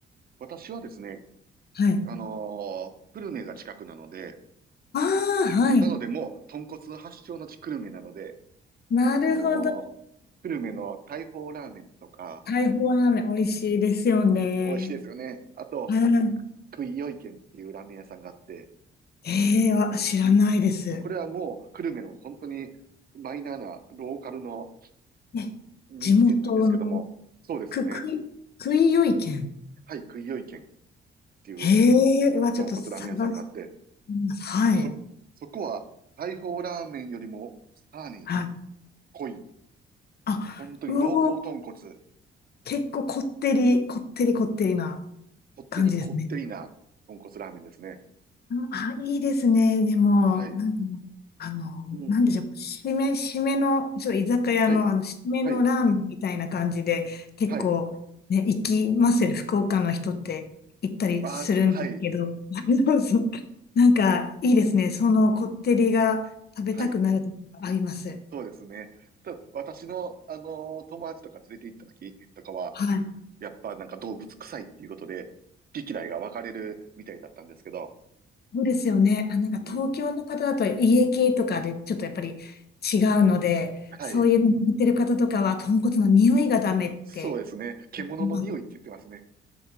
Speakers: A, on the right; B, on the left.
A: 私はですね、
B: はい。
A: あのー久留米が近くなので、
B: ああ、はい。
A: なのでもう、豚骨発祥の地久留米なので、
B: なるほど。
A: あのー久留米の大砲ラーメンとか、
B: 大砲ラーメン美味しいですよね。
A: 美味しいですよね。あと、
B: はい。
A: クイヨイ軒っていうラーメン屋さんがあって、
B: ええあ、知らないです。
A: これはもう、久留米の本当にマイナーなローカルの
B: ね地元の、
A: 人気店なんですけども、そうですね。
B: く、くい、くいよい県。
A: はい、クイヨイ軒っていう
B: ええはちょっと探して
A: 豚骨ラーメン屋さんがあって、
B: みます。はい。
A: そ、そこは、大砲ラーメンよりも、さらに
B: はい。
A: 濃い、
B: あ、
A: 本当に濃厚豚骨。
B: うおー、結構こってり、こってりこってりな
A: こってりこってりな豚骨ラーメンですね。
B: 感じですね。あ、あいいですね。でも、
A: はい。
B: なんか、あの、
A: うん。
B: なんでしょう、締め、締めの、ちょっと居酒屋の、
A: はい。
B: あの、締めのラーメンみたいな感じで、
A: はい。
B: 結構、
A: はい。
B: ね、行きますよね、福岡の人って行ったりするんですけど、
A: あ、はい。
B: <laughs> あのそうなんか、いいですね。
A: うん。
B: そのこってりが食べたくなるときがあります。
A: はい。そうですね。ただ、私の、あのー友達とか連れて行った時とかは、
B: はい。
A: やっぱなんか動物臭いっていうことで、好き嫌いが分かれるみたいだったんですけど。
B: そうですよね。あ、なんか東京の方だと家系とかでちょっとやっぱり
A: うん。
B: 違うので、
A: はい。
B: そういうの見てる方とかは豚骨の匂いがダメって。
A: そうですね。獣の匂いって言ってますね。
B: あ